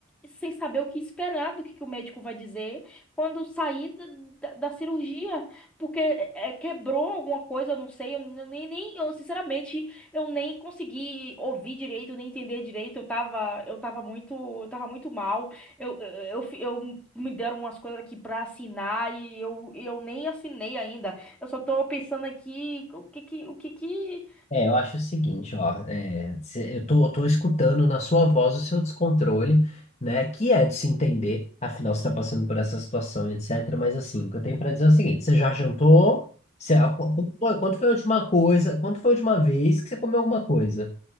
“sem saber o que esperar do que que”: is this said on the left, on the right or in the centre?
Centre